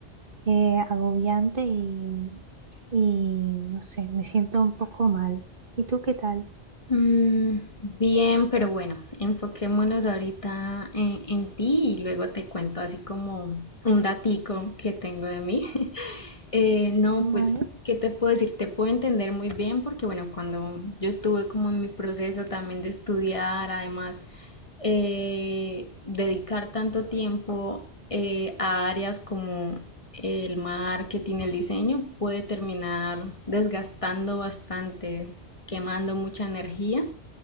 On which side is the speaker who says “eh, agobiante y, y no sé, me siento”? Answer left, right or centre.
Right